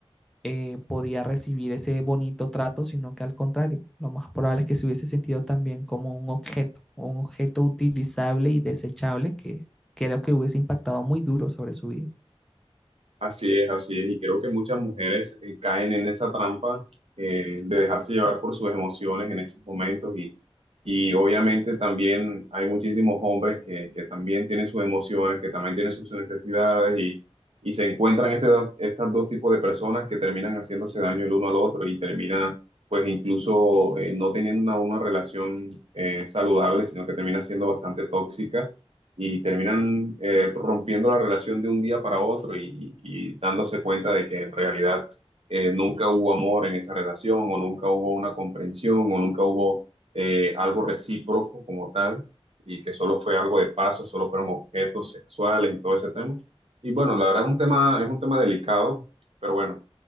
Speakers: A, in the centre; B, on the right (about 65°).
A: eh, podía recibir ese bonito trato, sino que al contrario, lo más probable es que se hubiese sentido también como un objeto, un objeto utilizable y desechable que creo que hubiese impactado muy duro sobre su vida.
B: Así es, así es. Y creo que muchas mujeres eh, caen en esa trampa eh, de dejarse llevar por sus emociones en esos momentos. Y, y obviamente también hay muchísimos hombres que, que también tienen sus emociones, que también tienen sus necesidades y, y se encuentran este, estos dos tipos de personas que terminan haciéndose daño el uno al otro y terminan pues incluso eh, no teniendo una, una relación eh, saludable, sino que termina siendo bastante tóxica y terminan eh, rompiendo la relación de un día para otro y, y- y dándose cuenta de que en realidad eh, nunca hubo amor en esa relación o nunca hubo una comprensión o nunca hubo eh, algo recíproco como tal y que solo fue algo de paso, solo fueron objetos sexuales y todo ese tema. Y bueno, la verdad es un tema, es un tema delicado, pero bueno.